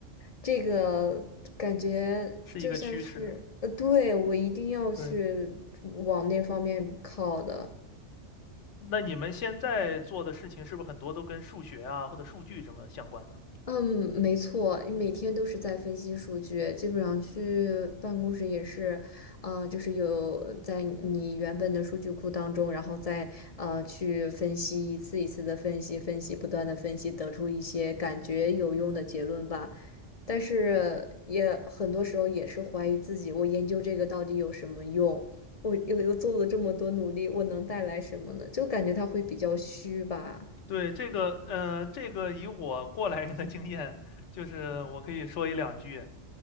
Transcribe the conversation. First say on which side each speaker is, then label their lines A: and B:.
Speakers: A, on the left; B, on the left.
A: 这个感觉就像是呃，
B: 是一个趋势。
A: 对，我一定要去
B: 对，
A: 往那方面靠的。
B: 那你们现在做的事情是不是很多都跟数学啊或者数据什么相关的？
A: 嗯，没错，每天都是在分析数据，基本上去办公室也是，啊，就是有在你原本的数据库当中，然后再呃去分析一次一次的分析，分析不断的分析，得出一些感觉有用的结论吧。但是也很多时候也是怀疑自己，我研究这个到底有什么用？我又又做了这么多努力，我能带来什么呢？就感觉它会比较虚吧？
B: 对，这个，呃，这个以我过来人的经验，就是我可以说一两句。